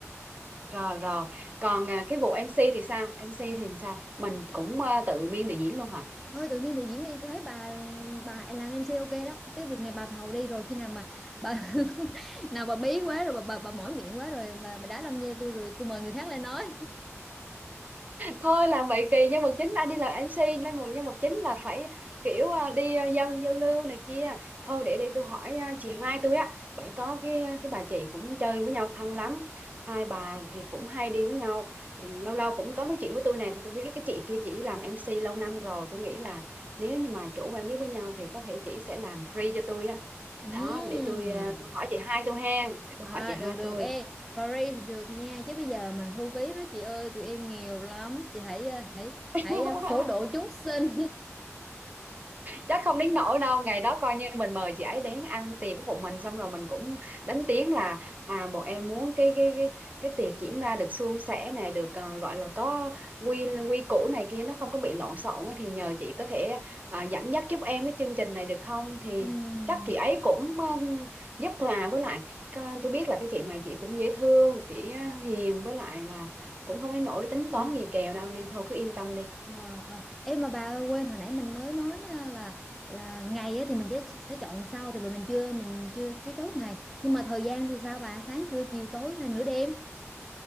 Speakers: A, on the right; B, in the centre.
A: rồi rồi còn ờ, cái vụ MC thì sao MC thì sao mình cũng ờ, tự biên tự diễn luôn hả
B: thôi tự biên tự diễn đi tôi thấy bà bà làm em MC ok đó cái việc này bà thầu đi rồi khi nào mà bà <laughs> nào bà bí quá rồi bà bà, bà mỏi miệng quá rồi bà, bà đá lâm nheo tôi rồi tôi mời người khác lên nói
A: thôi làm vậy kỳ nhân vật chính ai đi làm MC nên một nhân vật chính là phải kiểu à, đi à, giao giao lưu này kia thôi để đi tôi hỏi à, chị Mai tôi á bởi có cái ờ, cái bà chị cũng chơi với nhau thân lắm hai bà thì cũng hay đi với nhau Ừ, lâu lâu cũng có nói chuyện với tôi này thì tôi biết cái chị kia chỉ làm MC lâu năm rồi tôi nghĩ là nếu như mà chủ quen biết với nhau thì có thể chị sẽ làm free cho tôi á
B: Ừm.
A: đó để tôi à, tôi hỏi chị hai tôi hen để tôi
B: à
A: hỏi chị hai
B: được được
A: tôi
B: ê free thì được nha chứ bây giờ mà thu phí đó chị ơi tụi em nghèo lắm chị hãy ờ, hãy
A: <laughs>
B: hãy ờ, phổ độ chúng sinh
A: chắc không đến nỗi đâu ngày đó coi như mình mời chị ấy đến ăn tiệc của bọn mình xong rồi mình cũng đánh tiếng là à bọn em muốn cái cái cái cái tiệc diễn ra được suôn sẻ này được ờ, gọi là có quy quy củ này kia nó không có bị lộn xộn ấy, thì nhờ chị có thể à, dẫn dắt giúp em cái chương trình này được không thì
B: <laughs>
A: chắc chị ấy cũng ờ, giúp thôi à với lại ca- tôi biết là cái chị này chị cũng dễ thương chị ờ, hiền với lại là cũng không đến nỗi tính toán
B: Ừm.
A: gì kèo đâu nên thôi cứ yên tâm đi
B: Ờ, ờ. em mà bà ơi, quên hồi nãy mình mới nói à, là là ngày á, thì mình sẽ, sẽ chọn sau thì vì mình chưa mình chưa chưa chốt ngày nhưng mà thời gian thì sao bà sáng trưa chiều tối hay nửa đêm